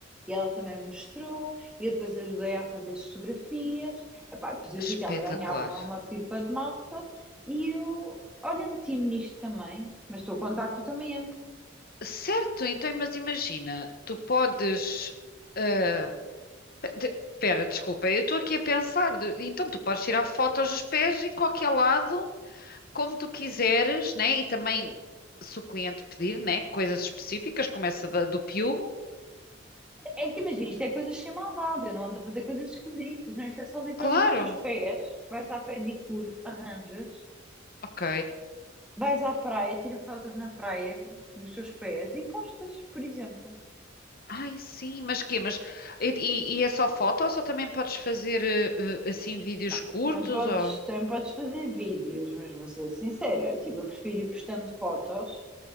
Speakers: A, in the centre; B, on the left.
A: E ela também me mostrou, e eu depois ajudei a fazer as fotografias. Epá, depois eu
B: Espetacular.
A: vi que ela ganhava uma pipa de massa e eu, olha, meti-me nisto também, mas estou a contar que tu também entras.
B: Certo, então, mas imagina, tu podes. ah, de- Pera, desculpa, eu estou aqui a pensar. de- Então, tu podes tirar fotos dos pés em qualquer lado como tu quiseres, né? E também, se o cliente pedir, né? Coisas específicas, como essa da- do Piu,
A: É que imagina, isto é coisas sem maldade, eu não ando a fazer coisas esquisitas, não, isto é só literalmente
B: claro,
A: os teus pés, vais à pedicure, arranjas,
B: ok.
A: vais à praia, tira fotos na praia dos teus pés e postas, por exemplo.
B: Ai, sim, mas quê? Mas, e, e- e é só foto ou só também podes fazer eh, eh, assim vídeos
A: Não,
B: curtos?
A: também podes,
B: Ou...
A: também podes fazer vídeos, mas vou ser sincera, tipo, eu prefiro ir postando fotos,